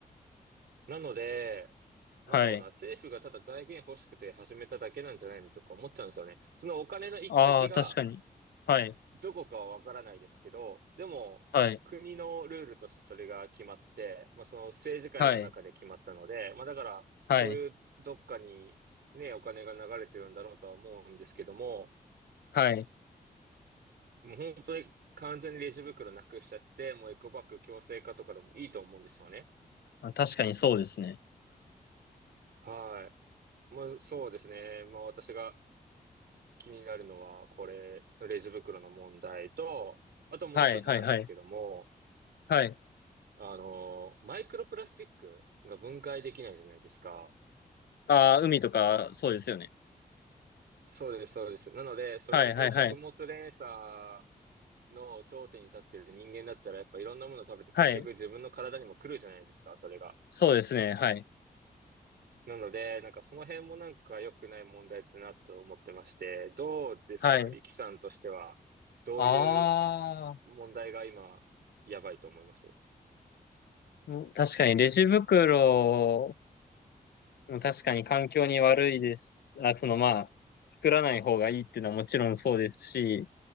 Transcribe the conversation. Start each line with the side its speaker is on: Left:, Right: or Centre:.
Right: なので、
Left: はい。
Right: なんだろうな、政府がただ財源欲しくて始めただけなんじゃないのとか思っちゃうんですよね。そのお金の行き先が
Left: ああ、確かに。はい。
Right: どこかはわからないですけど、でも国のルールとしてそれが決まって、
Left: はい。
Right: まあその政治界の中で決まったので、
Left: はい。
Right: まあだからそういうどっかにね、
Left: はい。
Right: お金が流れてるんだろうとは思うんですけども、
Left: はい。
Right: もう本当に完全にレジ袋なくしちゃって、もうエコバッグ強制化とかでもいいと思うんですよね。
Left: あ確かにそうですね。
Right: はい。まあそうですね。まあ私が気になるのは、これ、レジ袋の問題と、あともう一つなんですけども、
Left: はい、はい、はい。はい。
Right: あの、マイクロプラスチックが分解できないじゃないですか。
Left: ああ、海とか、そうですよね。
Right: そうです、そうです。なので、それもこう、
Left: はい、はい、
Right: 食物連鎖
Left: はい。
Right: の頂点に立ってる人間だったら、やっぱいろんなもの食べて結局自分の体にも来るじゃないですか、
Left: はい。
Right: それが。
Left: そうですね。はい。
Right: なので、なんかその辺もなんか良くない問題だなと思ってまして、どうですか、
Left: はい。
Right: 力さんとしては、どういう
Left: ああ、
Right: 問題が今、やばいと思います
Left: ん確かにレジ袋も確かに環境に悪いです。あ、そのまあ、作らない方がいいっていうのはもちろんそうですし、